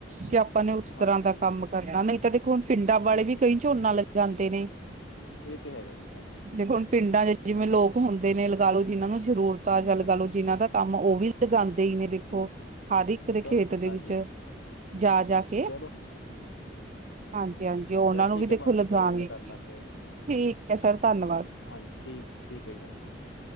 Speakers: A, on the right; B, on the left.
A: ਕਿ ਆਪ ਆਪਾਂ ਨੇ ਉਸ
B: ਹਾਂਜੀ
A: ਤਰ੍ਹਾਂ
B: ਹਾਂਜੀ
A: ਦਾ ਕੰਮ ਕਰਨਾ ਨਹੀਂ ਤਾਂ ਦੇਖੋ ਹੁਣ ਪਿੰਡਾਂ ਵਾਲੇ ਵੀ ਕਈ ਝੋਨਾ ਲਗਾਉਦੇ ਨੇ
B: ਇਹ ਤੇ ਹੈਗਾ ਜੀ ਹਾਂਜੀ
A: ਦੇਖੋ ਹੁਣ ਪਿੰਡਾਂ ਚ ਜਿਵੇਂ ਲੋਕ ਹੁੰਦੇ ਨੇ ਲਗਾਲੋ ਜਿਨ੍ਹਾਂ ਨੂੰ ਜ਼ਰੂਰਤ
B: ਹਾਂਜੀ
A: ਆ ਲਗਾ
B: ਹਾਂਜੀ
A: ਲਓ
B: ਹਾਂਜੀ
A: ਜਿਹਨਾਂ ਦਾ ਕੰਮ ਉਹ ਵੀ ਲਗਾਂਦੇ ਹੀ ਨੇ ਦੇਖੋ
B: ਜੀ ਜੀ
A: ਹਰ ਇੱਕ ਦੇ ਖੇਤ
B: ਚਲੋ
A: ਦੇ
B: ਹਾਂਜੀ
A: ਵਿੱਚ ਜਾ ਜਾ ਕੇ
B: ਚਲੋ
A: ਹਾਂਜੀ ਹਾਂਜੀ ਉਹਨਾਂ
B: ਚਲੋ
A: ਨੂੰ
B: ਠੀਕ
A: ਵੀ ਦੇਖੋ
B: ਹੈ ਬਾਕੀ
A: ਲਗ
B: ਕਰਾਂਗੇ
A: ਗੇ
B: ਤੁਹਾਡੇ ਨਾਲ
A: ਠੀਕ
B: ਫਿਰ ਹਾਂਜੀ
A: ਹੈ ਸਰ ਧੰਨਵਾਦ
B: ਹਾਂਜੀ ਠੀਕ ਠੀਕ ਹੈ ਜੀ ਸਤਿ ਸ਼੍ਰੀ ਅਕਾਲ